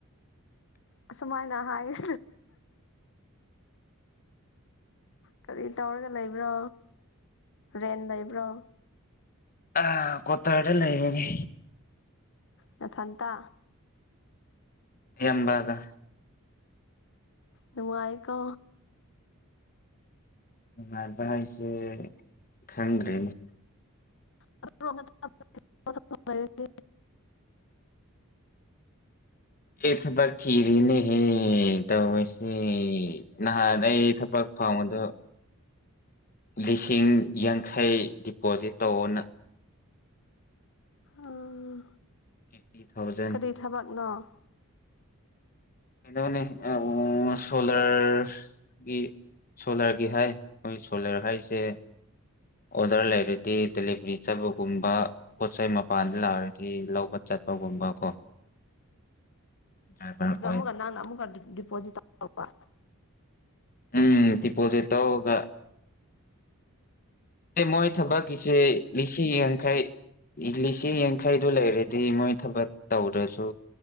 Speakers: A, on the left (about 60°); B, on the left (about 40°).
A: ꯑꯁꯨꯃꯥꯏꯅ ꯍꯥꯏꯌꯦ ꯀꯔꯤ ꯇꯧꯔꯒ ꯂꯩꯕ꯭ꯔꯣ ꯔꯦꯟ ꯂꯩꯕ꯭ꯔꯣ
B: ꯑ ꯀꯣꯠꯇꯔꯗ ꯂꯩꯕꯅꯤ
A: ꯅꯊꯟꯇꯥ
B: ꯏꯌꯥꯝꯕꯒ
A: ꯅꯨꯉꯥꯏꯀꯣ
B: ꯅꯨꯡꯉꯥꯏꯕ ꯍꯥꯏꯁꯦ ꯈꯪꯗ꯭ꯔꯦꯅꯦ
A: <inaudible> ꯍ <unintelligible>
B: ꯑꯩ ꯊꯕꯛ ꯊꯤꯔꯤꯅꯦꯍꯦ ꯇꯧꯔꯤꯁꯦ ꯅꯍꯥꯟ ꯑꯩ ꯊꯕꯛ ꯐꯪꯕꯗꯣ ꯂꯤꯁꯤꯡ ꯌꯥꯡꯈꯩ ꯗꯤꯄꯣꯖꯤꯠ ꯇꯧꯑꯣꯅ
A: ꯎꯝ
B: ꯐꯤꯐꯇꯤ ꯊꯥꯎꯖꯟ
A: ꯀꯔꯤ ꯊꯕꯛꯅꯣ
B: ꯀꯩꯅꯣꯅꯤ ꯑ ꯑꯣ ꯁꯣꯂꯔ ꯒꯤ ꯁꯣꯂꯔꯒꯤ ꯍꯥꯏ ꯍꯣꯏ ꯁꯣꯂꯔ ꯍꯥꯏꯁꯦ ꯑꯣꯗꯔ ꯂꯩꯔꯗꯤ ꯗꯦꯂꯤꯕꯔꯤ ꯆꯠꯕꯒꯨꯝꯕ ꯄꯣꯠ ꯆꯩꯩ ꯃꯄꯥꯟꯗ ꯂꯥꯛꯔꯗꯤ ꯂꯧꯕ ꯆꯠꯄꯒꯨꯝꯕ ꯀꯣ <unintelligible>
A: ꯗꯣ ꯑꯃꯨꯛꯀ ꯅꯪꯅ ꯑꯃꯨꯛꯀ ꯗꯤꯞ ꯗꯤꯄꯣꯖꯤꯠ ꯇꯧ ꯇꯧꯄ
B: ꯎꯝ ꯗꯤꯄꯣꯖꯤꯠ ꯇꯧꯑꯣꯒ ꯃꯣꯏ ꯊꯕꯛꯀꯤꯁꯦ ꯂꯤꯁꯤꯡ ꯌꯥꯡꯈꯩ ꯂꯤꯁꯤꯡ ꯌꯥꯡꯈ ꯍꯩꯗꯨ ꯂꯩꯔꯗꯤ ꯃꯣꯏ ꯊꯕꯛ ꯇꯧꯗ꯭ꯔꯁꯨ